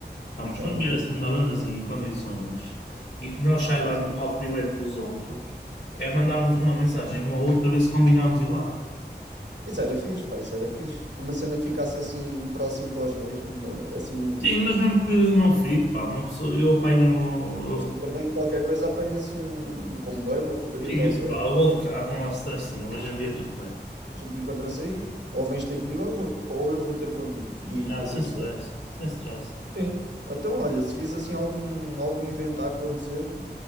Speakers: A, on the left; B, on the right.
A: Vamos,
B: é
A: quando
B: um
A: vier
B: bocadinho.
A: assim uma bandazinha em condições e que nós saibamos
B: pá, assim.
A: logo primeiro que os outros, é mandarmos uma mensagem um ao outro para ver se combinamos ir lá.
B: Isso era fixe, pá, isso era fixe. Uma cena que ficasse assim próximo para os dois, uma- assim no,
A: Sim, mas mesmo que não fique, pá, uma pessoa, eu apanho,
B: A gente
A: eu
B: também, qualquer coisa, apanha-se um, um comboio, uma porcaria
A: É isso,
B: qualquer.
A: pá. Eu vou de carro, não há stress nenhum. Hoje em dia é tudo perto.
B: A gente encontra-se aí. Ou vens ter comigo, ou eu vou, ou eu vou ter contigo. E aí
A: Já,
B: com o
A: sem
B: teu
A: stress.
B: pessoal.
A: Sem stress.
B: Sim. Então, olha, se vis assim algum, algum evento a acontecer,